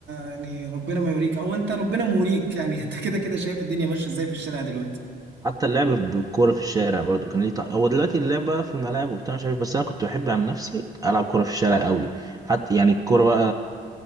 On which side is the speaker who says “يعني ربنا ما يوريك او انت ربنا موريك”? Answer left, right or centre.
Right